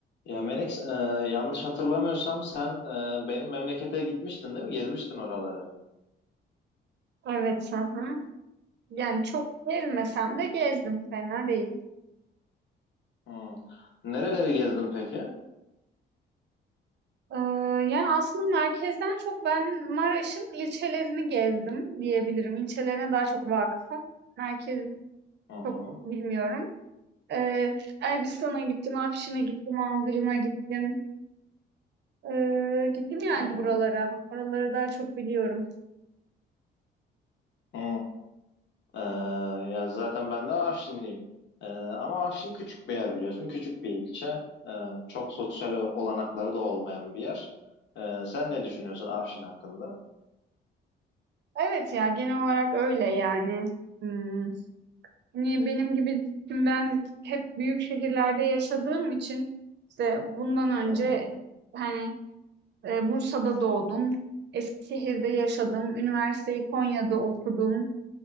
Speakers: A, on the left; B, on the right.
A: Ya Melek, e, yanlış hatırlamıyorsam sen e, benim memlekete gitmiştin değil mi? Gezmiştin oraları.
B: Evet, hı hı. Yani çok gezmesem de gezdim, fena değil.
A: Hı. Nereleri gezdin peki?
B: Ee, yani aslında merkezden çok ben Maraş'ın ilçelerini gezdim diyebilirim. İlçelerine daha çok vakıfım. Merkez
A: Hı hı,
B: çok bilmiyorum. Ee, Elbistan'a gittim, Afşin'e gittim, Andırın'a gittim. Ee, gittim yani
A: hı hı,
B: buralara. Oraları daha çok biliyorum.
A: hı. E, ya zaten ben de Afşinliyim. E, ama Afşin küçük bir yer biliyorsun, küçük bir ilçe. E, çok sosyal olanakları da olmayan bir yer. E, sen ne düşünüyorsun Afşin hakkında?
B: Evet ya genel olarak öyle yani. Hmm. Hani benim gibi şimdi ben hep büyük şehirlerde yaşadığım için işte bundan önce
A: Hı hı.
B: hani e, Bursa'da doğdum, Eskişehir'de yaşadım, üniversiteyi Konya'da okudum.